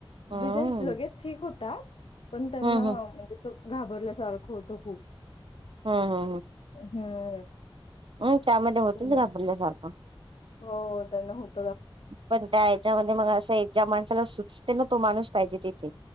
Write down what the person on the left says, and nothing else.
म्हणजे
ते लगेच ठीक होतात. पण त्यांना
म्हणजे असं घाबरल्यासारखं होतं खूप.
हम्म.
बरोबर.
हो त्यांना होत